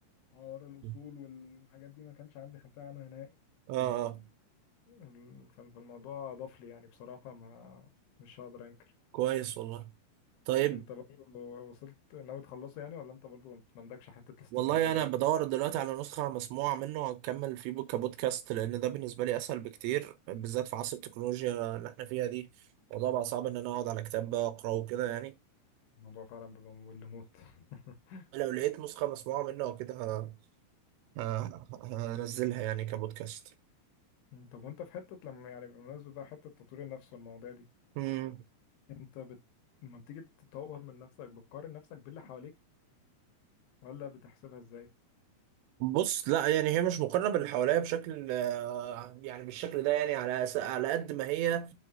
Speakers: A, on the left; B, on the right.
A: حوار الاصول
B: اه
A: والحاجات دي ما كانش عندي خلفيه عنها نهائي
B: اه
A: ال- فالموضوع اضاف لي يعني بصراحه ما مش هقدر انكر
B: كويس والله طيب
A: انت برضه وصلت ناوي تخلصه يعني ولا انت برضه ما عندكش حتة الاستمرارية
B: والله انا
A: دي
B: بدور دلوقتي على نسخه مسموعه منه هكمل فيه بو- كبودكاست لان ده بالنسبه لي اسهل بكتير بالذات في عصر التكنولوجيا اللي احنا فيها دي الموضوع بقى صعب ان انا اقعد على كتاب اقراه وكده يعني
A: الموضوع فعلا بيبقى ممل موت <laughs>
B: لو لقيت نسخه مسموعه منه او كده ه- ه- هنزلها يعني كبودكاست
A: مم، طب وانت في حتة لما يعني بمناسبة بقى حتة تطوير النفس والمواضيع دي
B: مم.
A: انت بت... لما بتيجي تطور من نفسك بتقارن نفسك باللي حواليك ولا بتحسبها ازاي
B: بص لا يعني هي مش مقارنه باللي حواليا بشكل آه، يعني بالشكل ده يعني على أس- على قد ما هي